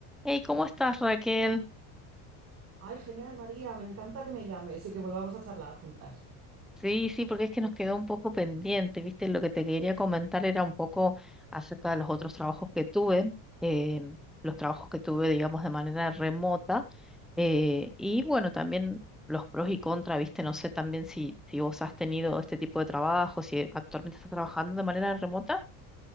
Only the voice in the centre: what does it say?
Hey, ¿cómo estás, Raquel?
Sí, sí, porque es que nos quedó un poco pendiente, ¿viste? Lo que te quería comentar era un poco acerca de los otros trabajos que tuve, eh, los trabajos que tuve, digamos, de manera remota, eh, y bueno, también los pros y contras, ¿viste? No sé también si, si vos has tenido este tipo de trabajo, si actualmente estás trabajando de manera remota.